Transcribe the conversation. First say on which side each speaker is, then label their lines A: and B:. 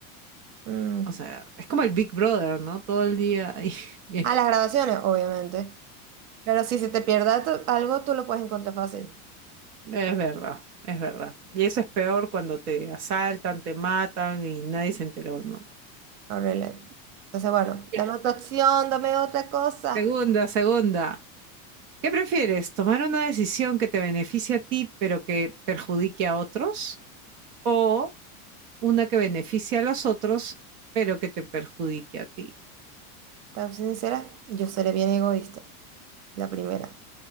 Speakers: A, on the right (about 70°); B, on the right (about 80°).
A: mm.
B: O sea, es como el Big Brother, ¿no? Todo el día ahí <laughs> viendo.
A: A las grabaciones, obviamente. Pero si se te pierda tu- algo, tú lo puedes encontrar fácil.
B: Es verdad, es verdad. Y eso es peor cuando te asaltan, te matan y nadie se enteró, ¿no?
A: Arreglé. Entonces, bueno, dame
B: Ya.
A: otra opción, dame otra cosa.
B: Segunda, segunda. ¿Qué prefieres? ¿Tomar una decisión que te beneficie a ti pero que perjudique a otros? ¿O una que beneficie a los otros pero que te perjudique a ti?
A: Para ser sincera, yo seré bien egoísta. La primera.